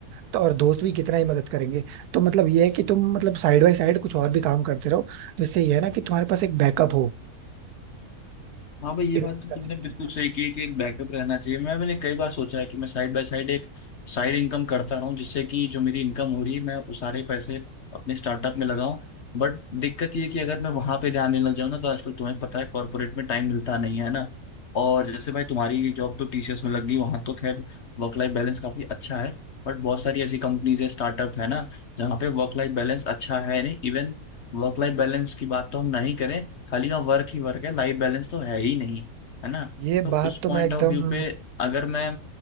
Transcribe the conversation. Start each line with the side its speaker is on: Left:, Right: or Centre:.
Right: तो और दोस्त भी कितना ही मदद करेंगे तो मतलब ये है कि तुम मतलब साइड बाय साइड कुछ और भी काम करते रहो जिससे ये है ना कि तुम्हारे पास एक बैकअप हो
Left: हाँ भाई ये
Right: इन्वेस्ट
Left: बात तो
Right: करने
Left: तुमने
Right: के
Left: बिल्कुल
Right: लिए
Left: सही की है कि एक बैकअप रहना चाहिए मैं मैंने कई बार सोचा है कि मैं साइड बाय साइड एक साइड इनकम करता रहूं जिससे कि जो मेरी इनकम हो रही है मैं उस सारे पैसे अपने स्टार्टअप में लगाऊं बट दिक्कत ये है कि अगर मैं वहां पे ध्यान देने लग जाऊं ना तो आजकल तुम्हें पता है कॉर्पोरेट में टाइम मिलता नहीं है ना और जैसे भाई तुम्हारी जॉब तो टीसीएस में लग गई वहां तो खैर वर्क लाइफ बैलेंस काफी अच्छा है बट बहुत सारी ऐसी कंपनीज है स्टार्टअप है ना जहाँ पे वर्क लाइफ बैलेंस अच्छा है नहीं इवन वर्क लाइफ बैलेंस की बात तो हम नहीं करें खाली का वर्क ही वर्क है लाइफ बैलेंस तो है ही नहीं है ना
Right: ये
Left: तो
Right: बात
Left: उस
Right: तो
Left: पॉइंट
Right: मैं एकदम
Left: ऑफ व्यू पे अगर मैं